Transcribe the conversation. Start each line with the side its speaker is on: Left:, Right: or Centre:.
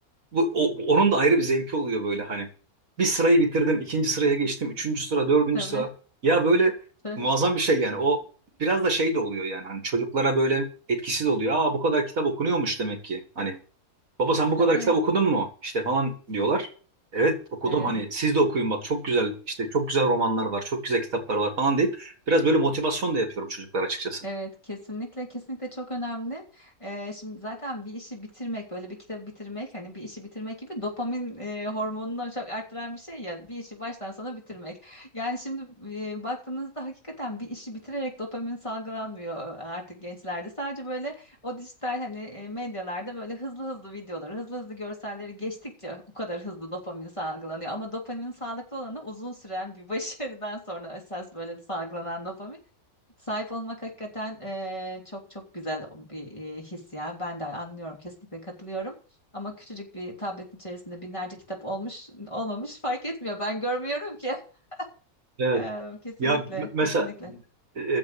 Right: bu, o- bu- onun da ayrı bir zevki oluyor böyle hani. Bir sırayı bitirdim, ikinci sıraya geçtim, üçüncü sıra, dördüncü
Left: Tabii,
Right: sıra. Ya böyle
Left: tı-
Right: muazzam bir şey yani. O biraz da şey de oluyor yani hani çocuklara böyle etkisiz oluyor. Aa bu kadar kitap okunuyormuş demek ki. Hani baba sen bu
Left: tabii,
Right: kadar kitap okudun mu? İşte falan diyorlar. Evet okudum
Left: evet.
Right: hani siz de okuyun bak çok güzel işte çok güzel romanlar var çok güzel kitaplar var falan deyip biraz böyle motivasyon da yapıyorum çocuklar açıkçası.
Left: Evet kesinlikle kesinlikle çok önemli. Ee, şimdi zaten bir işi bitirmek böyle bir kitabı bitirmek hani bir işi bitirmek gibi dopamin e, hormonunu çok arttıran bir şey ya bir işi baştan sona bitirmek. Yani şimdi e, baktığınızda hakikaten bir işi bitirerek dopamin salgılanmıyor artık gençlerde. Sadece böyle o dijital hani e, medyalarda böyle hızlı hızlı videoları hızlı hızlı görselleri geçtikçe o kadar hızlı dopamin salgılanıyor. Ama dopaminin sağlıklı olanı uzun süren bir <laughs> başarıdan sonra esas böyle salgılanan dopamin. Sahip olmak hakikaten eee, çok çok güzel o bir eee, his ya. Ben de anlıyorum, kesinlikle katılıyorum. Ama küçücük bir tabletin içerisinde binlerce kitap olmuş, olmamış fark etmiyor. Ben görmüyorum ki. <laughs>
Right: Evet
Left: Eee, kesinlikle,
Right: ya m- mesela
Left: kesinlikle.
Right: e,